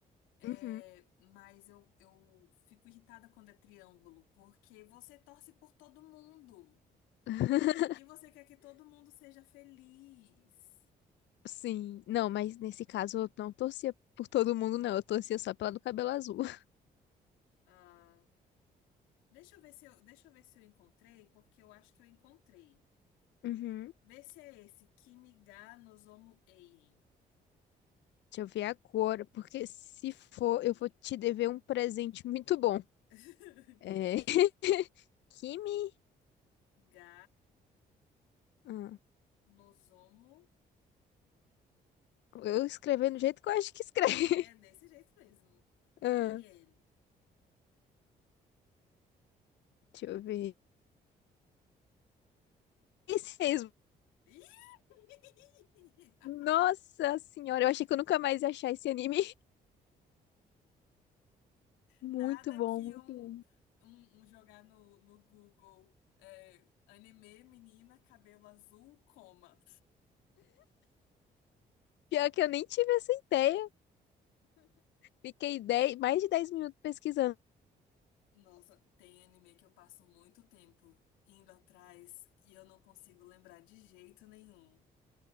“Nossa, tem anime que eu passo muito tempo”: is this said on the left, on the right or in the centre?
Left